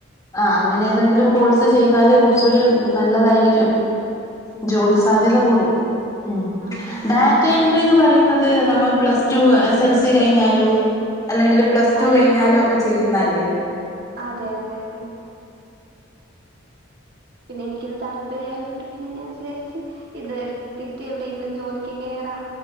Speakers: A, on the left; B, on the right.
A: ആ അങ്ങനെ ഏതെങ്കിലും കോഴ്സ് എടുത്ത് ചെയ്താല് കുറച്ചുകൂടി നല്ലതായിരിക്കും. ജോലി
B: ആണല്ലേ
A: സാധ്യത കൂടും ഉം
B: ആഹ് ആഹ് ആഹ്
A: ഡാറ്റ എൻട്രിന്ന് പറയുന്നത് നമ്മൾ plus two S L C കഴിഞ്ഞാലും അല്ലെങ്കിൽ പ്ലസ് ടു
B: ആഹ്
A: കഴിഞ്ഞാലും
B: എടുക്കാം
A: ഒക്കെ ചെയ്യുന്നല്ലേ?
B: അതെ അതെ അതെ പിന്നെ എനിക്കിത് താല്പര്യം ആയതോണ്ട് പിന്നെ ഞാൻ വിചാരിച്ചു ഇതെടുത്തിട്ട് എവിടെയെങ്കിലും ജോലിക്ക് കേറാം.